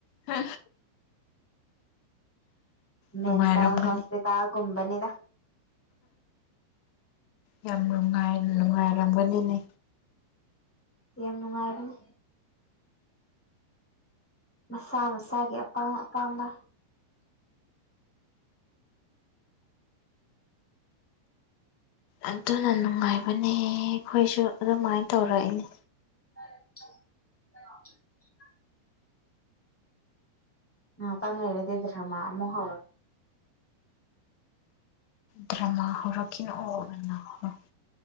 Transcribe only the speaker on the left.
ꯍ
ꯅꯨꯡꯉꯥꯏꯔꯝꯒꯅꯤ
ꯌꯥꯝ ꯅꯨꯡꯉꯥꯏ ꯅꯨꯡꯉꯥꯏꯔꯝꯒꯅꯤꯅꯦ꯫
ꯑꯗꯨꯅ ꯅꯨꯡꯉꯥꯏꯕꯅꯦ ꯑꯩꯈꯣꯏꯁꯨ ꯑꯗꯨꯃꯥꯏꯅ ꯇꯧꯔꯛꯏꯅꯦ꯫
ꯗ꯭ꯔꯃꯥ ꯍꯧꯔꯛꯈꯤꯅꯣꯅ ꯂꯥꯎꯍꯜꯂꯣ